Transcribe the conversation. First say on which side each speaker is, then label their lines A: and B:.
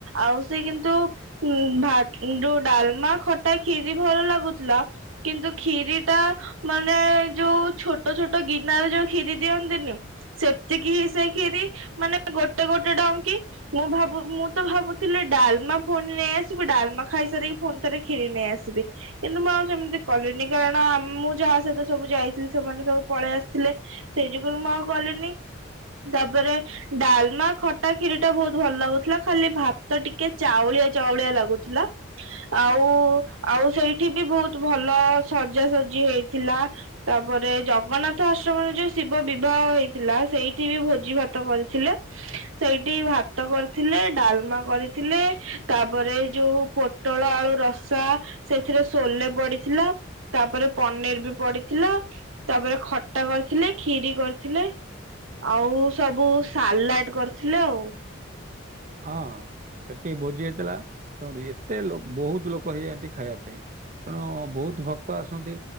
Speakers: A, on the right (about 80°); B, on the right (about 40°).
A: ଆଉ ସେ କିନ୍ତୁ ଉଁ ଭାତ ଉଁ ଦୋଉ ଡାଲମା, ଖଟା, କ୍ଷୀରି ଭଲ ଲାଗୁଥିଲା। କିନ୍ତୁ କ୍ଷୀରି ଟା ମାନେ ଯୋଉ ଛୋଟ ଛୋଟ ଗିନାରେ ଯୋଉ କ୍ଷୀରି ଦିଅନ୍ତିନି। ସେତିକି ହିଁ ସେ କ୍ଷୀରି ମାନେ ଗୋଟେ ଗୋଟେ ଡଙ୍କି। ମୁଁ ଭାବୁ ମୁଁ ତ ଭାବୁଥିଲି ଡାଲମା ଫୁଣି ନେଇ ଆସିବି ଡାଲମା ଖାଇସାରି ପୁଣି ଥରେ କ୍ଷୀରି ନେଇ ଆସିବି। କିନ୍ତୁ ମୁଁ ଆଉ ସେମିତି କଲିନି କାରଣ ମୁଁ ଯାହା ସହିତ ସବୁ ଯାଇଥିଲି ସେମାନେ ସବୁ ପଳେଇ ଆସିଥିଲେ ସେଇଥିପାଇଁ ମୁଁ ଆଉ ଗଲିନି। ଦାପରେ ଡାଲମା, ଖଟା, କ୍ଷୀରିଟା ବହୁତ ଭଲ ଲାଗୁ ଥିଲା ଖାଲି ଭାତ ଟିକେ ଚାଉଳିଆ ଚାଉଳିଆ ଲାଗୁଥିଲା। ଆଉ ଆଉ ସେଇଠି ବି ବହୁତ ଭଲ ସଜାସଜି ହେଇଥିଲା ତାପରେ ଜଗନ୍ନାଥ ଆଶ୍ରମରେ ଯେଉ ଶିବ ବିବାହ ହେଇଥିଲା ସେଇଠି ବି ଭୋଜି ଭାତ କରିଥିଲେ। ସେଇଠି ଭାତ କରିଥିଲେ ଡାଲମା କରିଥିଲେ ତାପରେ ଏଇ ଯୋଉ ପୋ ଳ ଆଳୁ ରସା ସେଥିରେ ସୋଲେ ପଡ଼ିଥିଲା ତାପରେ ପନିର ବି ପଡ଼ିଥିଲା। ତାପରେ ଖଟା କରିଥିଲି କ୍ଷୀରି କରିଥିଲେ। ଆଉ ସବୁ ସାଲାଟ୍ କରିଥିଲେ ଆଉ।
B: ହଁ ହେଟି ଭୋଜି ହେଇଥିଲା ତର ଏତେ ଲୋ ବହୁତ ଲୋକ ହେଇଯାଆନ୍ତି ଖାଇବା ପାଇଁ। ତେଣୁ ବହୁତ ଭକ୍ତ ଆସନ୍ତି